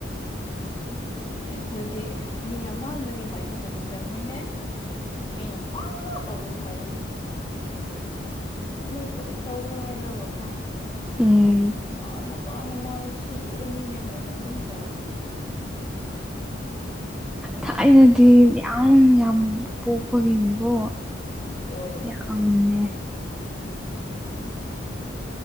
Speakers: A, on the left; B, in the centre.
A: ꯑꯩꯈꯣꯏꯗꯤ ꯃꯤ ꯌꯥꯝꯃꯟꯕꯒꯤ ꯍꯥꯏꯁꯨ ꯍꯥꯏꯅꯤꯡꯗꯕꯅꯦꯍꯦ ꯃꯤꯅ ꯑꯥ ꯇꯧꯕꯅꯦ ꯍꯥꯏꯔꯗꯤ ꯃꯣꯏ ꯀꯔꯤ ꯇꯧꯕ꯭ꯔꯥ ꯍꯥꯏꯔꯒꯀꯣ
B: ꯎꯝ
A: ꯃꯥꯅ ꯃꯥꯅ ꯁꯤꯔꯅꯤꯅꯦ ꯍꯥꯏꯕ ꯑꯗꯨꯝ ꯇꯧꯔꯅꯤ
B: ꯊꯥꯏꯅꯗꯤ ꯌꯥꯝ ꯌꯥꯝ ꯄꯣꯛꯄꯒꯤꯅꯤꯀꯣ
A: ꯑꯣꯏ
B: <unintelligible>
A: <unintelligible>